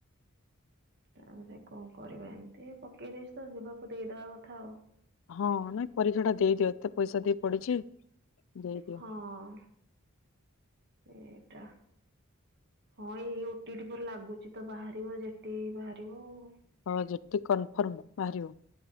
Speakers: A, on the right; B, on the left.
A: ତାପରେ କଁ କରିବା ଏମିତି ପକେଇ ଦେଇଛି ତ ଯିବାକୁ ଦେଇଦବା କଥା ଆଉ।
B: ହଁ ନାଇଁ ପରୀକ୍ଷା ଟା ଦେଇଦିଅ ଏତେ ପଇସା ଦେଇ ପଡିଛି ଦେଇଦିଅ।
A: ହଁ ଏଇଟା ହଁ ଏଇ ଓ ଟି ଟି ପରେ ଲାଗୁଚି ତ ବାହାରିବ ଯେ ଟି ବାହାରିବ ଆଉ।
B: ହଁ ଯେ ଟି କନଫର୍ମ ବାହାରିବ